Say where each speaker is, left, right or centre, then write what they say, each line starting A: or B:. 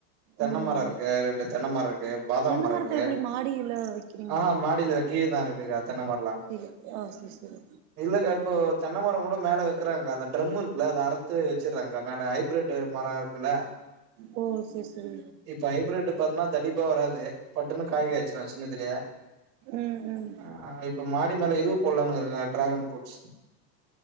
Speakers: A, on the right; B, on the right.
A: தென்ன
B: ம்
A: மர இருக்கு ரெண்டு தென்ன மர இருக்கு பாதாம்
B: தென்ன
A: மரொ
B: மரத்த
A: இருக்கு
B: எப்டி மாடியில வைக்கிறீங்க
A: ஆஹ மாடில கீ தான் இரு க்கா தென்னமர ல்லா
B: கீழ ஆ செரி செரி
A: இல்லக்கா இப்போ தென்னமரம் கூட மேல வெக்குறாங்க அந்த ட்ரம் இருக்குல்ல அத அறுத்து வச்சுறாங்கா மேல ஹைப்ரெட்டு மரொ இருக்குல்ல
B: ஓ செரி செரி
A: இப்ப ஹைப்ரட்டு பாத்ன்னா தடிப்பா வராது பட்டுன்னு காய் காச்சுரு சின்னதுலயே
B: ம் ம்
A: ஆ இப்ப மாடி மேல இது போட்லானுருக்க ட்ராகன் ஃப்ரூட்ஸ்